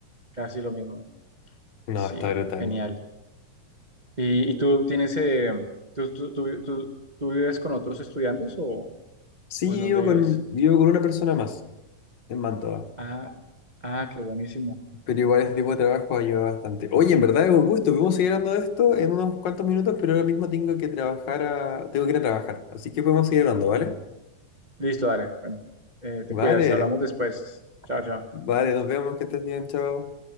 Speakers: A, on the right; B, on the left.
A: casi lo mismo.
B: No,
A: Sí,
B: está brutal.
A: genial. ¿Y, y tú tienes, eh, tú, tú, tú, tú- tú vives con otros estudiantes o,
B: Sí,
A: o en
B: vivo
A: dónde
B: con,
A: vives?
B: vivo con una persona más en Mantoa,
A: Ah, ah, qué buenísimo.
B: pero igual ese tipo de trabajo ayuda bastante. Oye, en verdad es un gusto, podemos seguir hablando de esto en unos cuantos minutos, pero ahora mismo tengo que trabajar a- tengo que ir a trabajar, así que podemos seguir hablando, ¿vale?
A: Listo, dale. Bueno, eh, te
B: Vale,
A: cuidas, hablamos después. Chao, chao.
B: vale, nos vemos, que estés bien, chao.